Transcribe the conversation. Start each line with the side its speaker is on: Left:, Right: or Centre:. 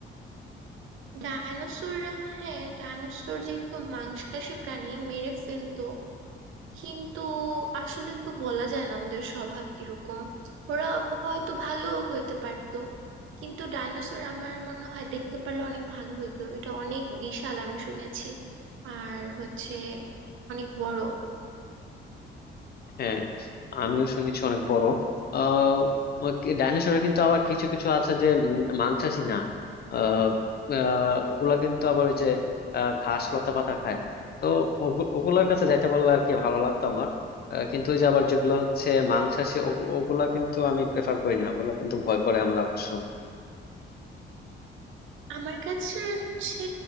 Right: ডায়নোসর হ্যাঁ ডায়নোসর যেহেতু মাংসাশী প্রাণী মেরে ফেলতো কিন্তু আসলে তো বলা যায় না ওদের স্বভাব কিরকম ওরা হয়তো ভালো হইতে পারতো কিন্তু ডায়নোসর আমার মনে হয় দেখতে পারলে অনেক ভালো হতো এটা অনেক বিশাল আমি শুনেছি আর হচ্ছে অনেক বড়
Left: হ্যাঁ আমিও শুনেছি অনেক বড় আহ ডাইনোসরের কিন্তু আবার কিছু কিছু আছে যে উম, মাংসাশী না আহ, আহ, ওগুলা কিন্তু আবার ওই যে আহ, ঘাস লতা পাতা খায় তো ওগু- ওগুলার কাছে যাইতে পারলে আর কি ভালো লাগতো আমার আহ, কিন্তু ওই যে আবার যেগুলো হচ্ছে মাংসাশী ওগু- ওগুলা কিন্তু আমি প্রেফার করি না ওগুলা কিন্তু ভয় করে আমার অবশ্য
Right: আমার কাছে হচ্ছে